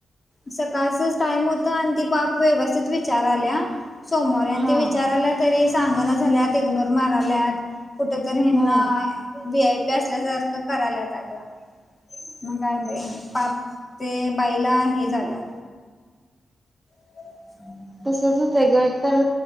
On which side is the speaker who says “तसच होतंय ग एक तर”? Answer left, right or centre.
Right